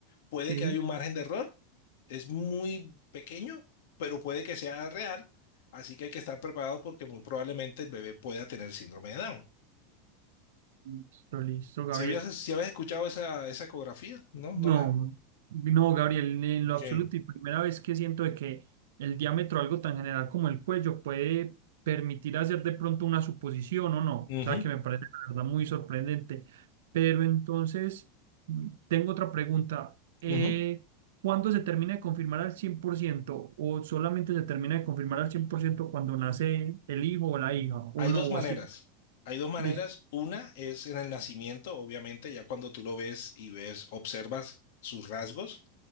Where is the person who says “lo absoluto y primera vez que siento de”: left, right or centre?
Right